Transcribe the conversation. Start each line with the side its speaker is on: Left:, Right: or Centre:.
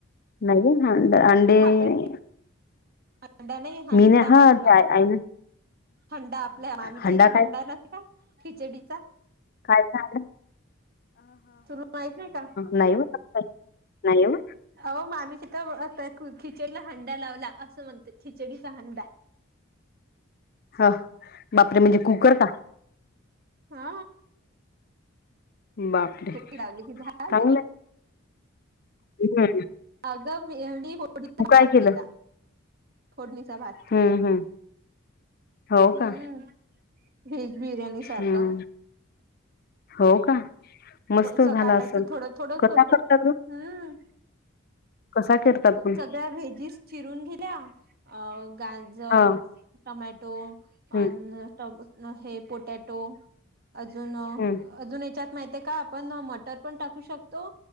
Left: नाही ह अंड अंडी
Right: हो भाकर
Left: नाही.
Right: हांडा नाही हांडा
Left: मीन हा
Right: म्हटलं
Left: ते आईन
Right: हंडा आपल्या आम्मीच्या
Left: हंडा
Right: इथं
Left: काय
Right: हंडात <unintelligible> का खिचडीचा.
Left: काय सांगलं.
Right: तु माहित नाही का
Left: नाही व नाही व
Right: आवो मामी खिचडीला हंडा लावला असं म्हणत खिचडीचा हंडा
Left: ह बापरे म्हणजे कुकर का?
Right: हा
Left: बापरे
Right: शे लावली की झालं
Left: चांगलं हम्म
Right: अग मीडीत
Left: तू काय केलं?
Right: केला. फोडणीचा भात,
Left: हम्म हम्म हो
Right: हम्म
Left: का?
Right: व्हेज बिर्याणी सारखा
Left: हम्म हो का? मस्त झाला
Right: सकाळच
Left: असेल.
Right: थोडं थोडच
Left: कसा
Right: होत हम्म
Left: करतात गं? कसा करतात पण?
Right: सगळ्या भेजीस चिरून घेल्या गाजर,
Left: हां.
Right: टमॅटो
Left: हं,
Right: अ हे पोटॅटो अजून
Left: हं,
Right: त्याच्यात माहितीे का आपण मटर पण टाकू शकतो